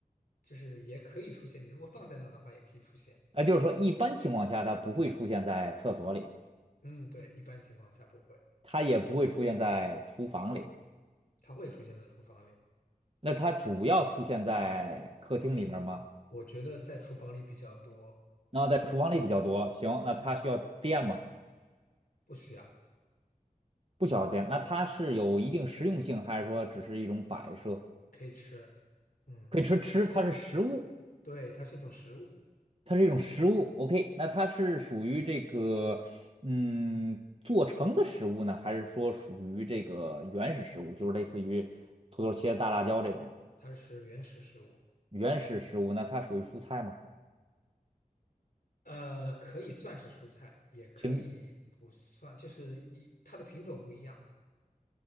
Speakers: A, on the left; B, on the right.
A: 就是也可以出现。你如果放在那的话，也可以出现。
B: 啊，就是说一般情况下它不会出现在厕所里，
A: 嗯，对，一般情况下不会，
B: 它也不会出现在厨房里。
A: 它会出现在厨房里。
B: 那它主要出现在客厅里面儿吗？
A: 我觉我觉得在厨房里比较多，
B: 然后在厨房里比较多。行，那它需要电吗？
A: 嗯，不需要，
B: 不需要电。那它是有一定实用性，还是说只是一种摆设？
A: 可以吃，嗯，
B: 可以吃吃，它是食物，
A: 对，它是一种食物，
B: 它是一种食物。OK，那它是属于这个嗯做成的食物呢，还是说属于这个原始食物，就是类似于土豆切大辣椒这种
A: 它是原始食物，
B: 原始食物？那它属于蔬菜吗？
A: 呃，可以算是蔬菜，也可以不算，
B: 芹，
A: 就是一它的品种不一样，